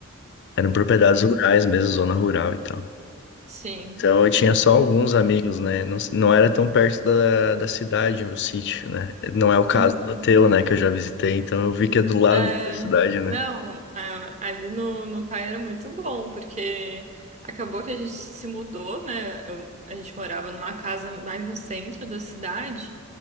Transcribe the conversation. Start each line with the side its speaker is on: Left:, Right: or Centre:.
Left: Eram propriedades
Right: É,
Left: rurais mesmo, zona rural e tal.
Right: Sim.
Left: Então eu tinha só alguns amigos, né? Não, não era tão perto da, da cidade, meu sítio, né? Não é o caso
Right: Uhum.
Left: do teu, né? Que eu já visitei, então eu vi que é do lado
Right: É,
Left: da cidade, né?
Right: não, a- ali no, no Pai era muito bom, porque acabou que a gente se mudou, né? Eu- a gente morava numa casa mais no centro da cidade,